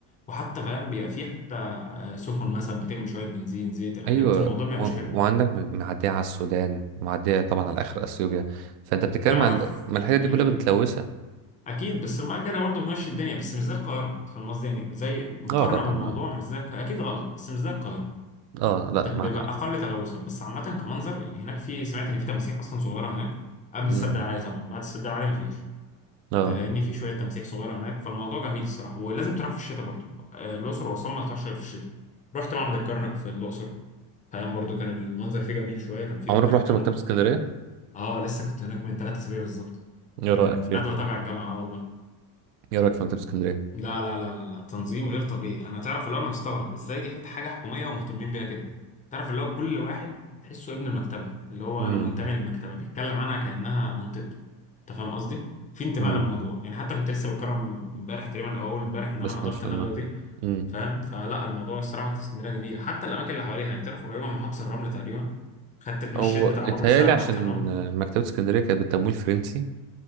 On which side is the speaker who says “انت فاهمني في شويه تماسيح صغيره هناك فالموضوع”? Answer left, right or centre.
Left